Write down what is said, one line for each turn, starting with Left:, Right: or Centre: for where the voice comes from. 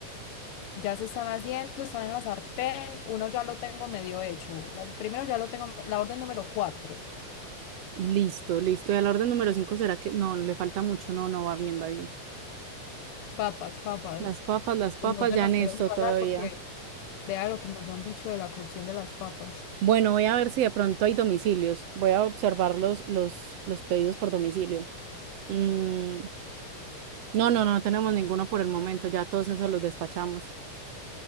Left: ya se están haciendo, están en la sartén. Uno ya lo tengo medio hecho. la- El primero ya lo tengo, la orden número cuatro.
Right: Listo, listo. Y al orden número cinco será que no, le falta mucho. No, no, va bien, va bien.
Left: Papas, papas.
Right: Las papas, las papas,
Left: No se
Right: ya
Left: nos
Right: en
Left: pueden
Right: esto
Left: pasar
Right: todavía.
Left: porque vea lo que nos han dicho de la cocción de las papas.
Right: Bueno, voy a ver si de pronto hay domicilios. Voy a observar los, los, los pedidos por domicilio. Mm, no, no, no tenemos ninguno por el momento. Ya todos esos los despachamos.